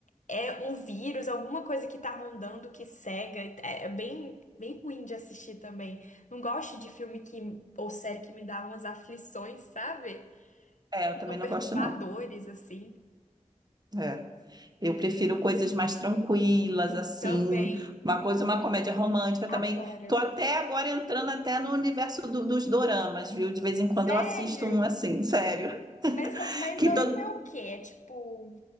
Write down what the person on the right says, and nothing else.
É, eu
também
não
gosto, não.
É. Eu prefiro coisas mais tranquilas, assim,
uma coisa, uma comédia romântica também.
Tô até agora entrando até no universo do- dos doramas, viu? De vez em quando
eu assisto um assim, sério. <laughs>
Que
todo